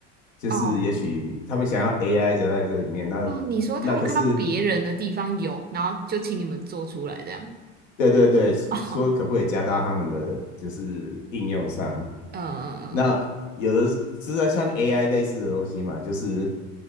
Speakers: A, on the left; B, on the right.
A: 就是也许他们想要
B: 哦
A: AI 就在这里面，那那可是
B: 哦，你说他们看到别人的地方有，然后就请你们做出来这样。
A: 对对对，
B: <laughs> 哦，
A: 说可不可以加到他们的就是应用上？
B: 呃，
A: 那有的是是在像 AI 类似的东西嘛，就是